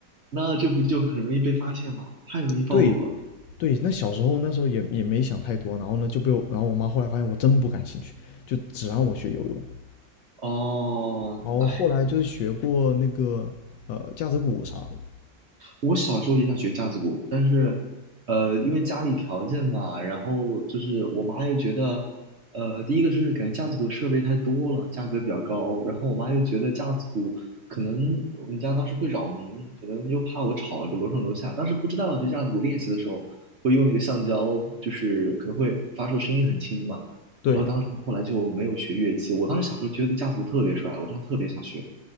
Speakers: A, on the right (about 50°); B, on the left (about 75°).
A: 那这不就很容易被发现吗？太容易暴露了。
B: 对对，那小时候那时候也也没想太多，然后呢就被我，然后我妈后来发现我真不感兴趣，就只让我学游泳了
A: 哦，
B: 然后后来就是学过那个呃架子鼓啥的，
A: 哎。我小时候也想学架子鼓，但是，呃，因为家里条件吧，然后就是我妈又觉得，呃，第一个是感觉架子鼓的设备太多了，价格比较高，然后我妈又觉得架子鼓可能我们家当时会扰民，可能又怕我吵着楼上楼下，当时不知道就架子鼓练习的时候会用那个橡胶，就是可能会发出的声音很轻嘛，
B: 对。
A: 然后当时后来就没有学乐器，我当时小时候觉得架子鼓特别帅，我当时特别想学，